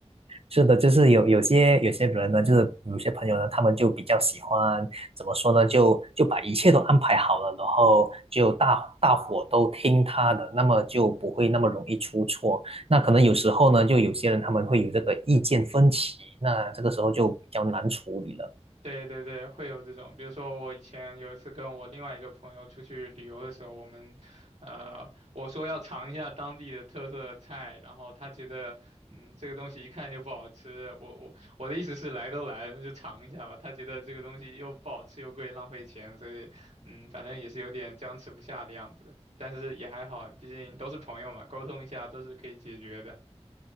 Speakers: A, on the right; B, on the right.
A: 是的，就是有有些有些人呢，就是有些朋友呢，他们就比较喜欢怎么说呢，就就把一切都安排好了，然后就大大伙都听他的，那么就不会那么容易出错。那可能有时候呢，就有些人他们会有这个意见分歧，那这个时候就比较难处理了。
B: 对对对，会有这种，比如说我以前有一次跟我另外一个朋友出去旅游的时候，我们，呃，我说要尝一下当地的特色菜，然后他觉得，嗯，这个东西一看就不好吃，我我我的意思是来都来了，那就尝一下吧。他觉得这个东西又不好吃又贵，浪费钱，所以，嗯，反正也是有点僵持不下的样子，但是也还好，毕竟都是朋友嘛，沟通一下都是可以解决的。